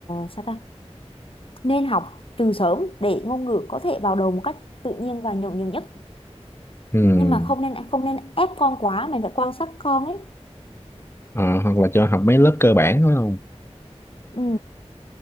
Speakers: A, on the left; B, on the left.
A: sao ta nên học từ sớm để ngôn ngữ có thể vào đầu một cách tự nhiên và nhuần nhuyễn nhất
B: ừ
A: nhưng mà không nên không nên ép con quá mình phải quan sát con ấy
B: Ờ, hoặc là cho học mấy lớp cơ bản đó không
A: ừ.